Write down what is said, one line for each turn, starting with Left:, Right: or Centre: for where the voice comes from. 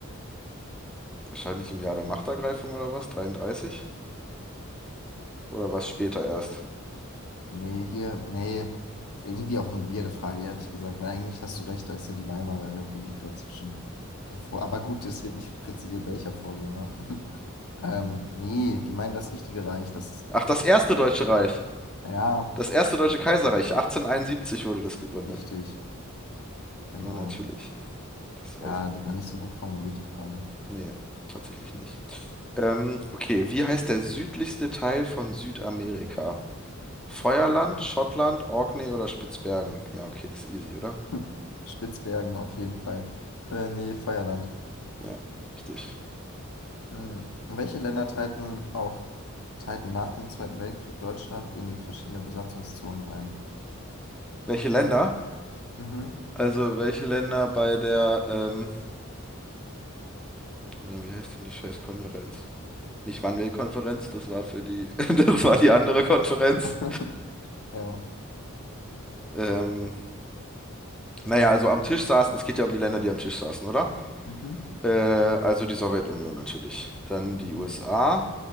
Centre: wahrscheinlich im Jahr der Machtergreifung oder was? 33? Oder was später erst?
Left: Nee, hier, nee, irgendwie auch eine weirde Frage, ehrlich gesagt, weil eigentlich hast du recht, da ist ja die Weimarer Republik dazwischen. Der Vor Aber gut, es wird nicht präzisiert, welcher Vorgänger. <laughs> Ähm, nee, die meinen das richtige Reich, das,
Centre: Ach, das erste Deutsche Reich.
Left: ja,
Centre: Das erste Deutsche Kaiserreich. 1871 wurde das gegründet.
Left: richtig, genau.
Centre: Ja, natürlich. Das weiß
Left: Ja,
Centre: ich
Left: die
Centre: doch.
Left: war nicht so gut formuliert, die Frage.
Centre: Nee, tatsächlich nicht. Ähm, okay, wie heißt der südlichste Teil von Südamerika? Feuerland, Schottland, Orkney oder Spitzbergen? Ja, okay, das ist easy, oder?
Left: <laughs> Spitzbergen auf jeden Fall. Äh, nee, Feuerland.
Centre: Ja, richtig.
Left: Mhm. Welche Länder teilten auch teilten nach dem Zweiten Weltkrieg Deutschland in verschiedene Besatzungszonen ein?
Centre: Welche Länder?
Left: Mhm.
Centre: Also welche Länder bei der, ähm, na, wie heißt denn die scheiß Konferenz? Nicht Wannsee-Konferenz, das war für die, <laughs> das war die andere Konferenz.
Left: <laughs> Ja.
Centre: Ähm, naja, also am Tisch saßen, es geht ja um die Länder, die am Tisch saßen, oder?
Left: Mhm.
Centre: Äh, also die Sowjetunion natürlich. Dann die
Left: Mhm.
Centre: USA,